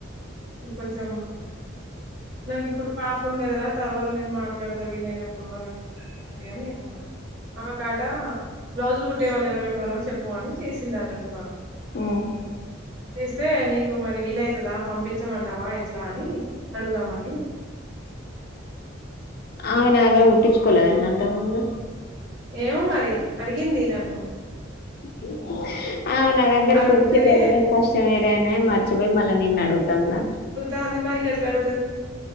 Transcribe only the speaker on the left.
ఉమ్
అవునా <unintelligible> కుట్టించుకోలేదటన ఇంతక ముందు
<inaudible> అవునా నా దేగ్గరకి
ఒచ్చే రెగ్యులర్ కాస్టెమెరెనాయే మర్చిపోయి మళ్ళా నిన్న అడుగుతుందా